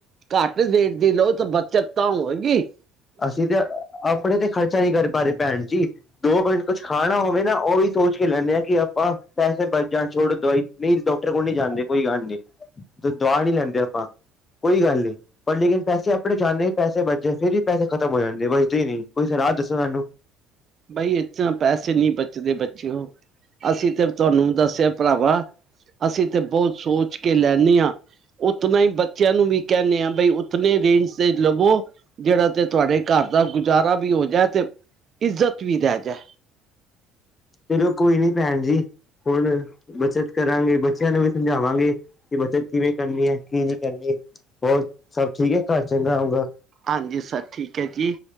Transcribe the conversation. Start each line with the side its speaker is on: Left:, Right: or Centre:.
Right: ਘੱਟ ਰੇਟ ਦੀ ਲੋਓ ਤਾਂ ਬੱਚਤ ਤਾਂ ਹੋਵੇਗੀ
Left: ਅਸੀਂ ਤੇ ਆਪਣੇ ਤੇ ਖ਼ਰਚਾ ਨਹੀਂ ਕਰ ਪਾ ਰਹੇ ਭੈਣ ਜੀ। ਦੋ ਮਿੰਟ ਕੁਛ ਖਾਣਾ ਹੋਵੇ ਨਾ ਉਹ ਵੀ ਸੋਚ ਕੇ ਲੈਂਦੇ ਹਾਂ ਕਿ ਆਪਾਂ ਪੈਸੇ ਬਚ ਜਾਂ ਛੋਡੋ ਦਵਾਈ ਨਹੀਂ ਡਾਕਟਰ ਕੋਲ ਨੀ ਜਾਂਦੇ ਕੋਈ ਗੱਲ ਨੀ, ਦਵਾ ਨਹੀਂ ਲੈਂਦੇ ਆਪਾਂ ਕੋਈ ਗੱਲ ਨੀ ਪਰ ਲੇਕਿਨ ਪੈਸੇ ਆਪਣੇ ਜਾਂਦੇ ਪੈਸੇ ਬਚੇ ਫਿਰ ਵੀ ਪੈਸੇ ਖਤਮ ਹੋ ਜਾਂਦੇ ਨੇ। ਬਚਦੇ ਹੀ ਨੀ। ਕੋਈ ਸਲਾਹ ਦੱਸੋ ਸਾਨੂੰ
Right: ਬਈ ਇਥਾਂ ਪੈਸੇ ਨਹੀਂ ਬਚਦੇ। ਬੱਚੇ ਅਸੀਂ ਤੇ ਤੁਹਾਨੂੰ ਦੱਸਿਆ ਭਰਾਵਾ ਅਸੀਂ ਤੇ ਬਹੁਤ ਸੋਚ ਕੇ ਲੈਂਨੇ ਹਾਂ ਉਤਨਾ ਹੀ ਬੱਚਿਆਂ ਨੂੰ ਵੀ ਕਹਿੰਦੇ ਆ ਬਈ ਉਤੇ ਰੇਂਜ ਤੇ ਲਵੋ। ਜਿਹੜਾ ਤੇ ਤੁਹਾਡੇ ਘਰ ਦਾ ਗੁਜ਼ਾਰਾ ਵੀ ਹੋ ਜਾਏ ਤੇ ਇੱਜ਼ਤ ਵੀ ਰਹਿ ਜਾਏ।
Left: ਚਲੋ ਕੋਈ ਨੀ ਭੈਣ ਜੀ, ਹੁਣ ਬੱਚਤ ਕਰਾਂਗੇ ਬੱਚਿਆਂ ਨੂੰ ਵੀ ਸਮਝਾਵਾਂਗੇ ਕਿ ਬੱਚਤ ਕਿਵੇਂ ਕਰਨੀ ਹੈ ਕੀ ਨਹੀਂ ਕਰਨੀ ਹੋਰ ਸਭ ਠੀਕ ਹੈ ਘਰ ਚੰਗਾ ਹੋਊਗਾ
Right: ਹਾਂਜੀ ਸਭ ਠੀਕ ਹੈ ਜੀ,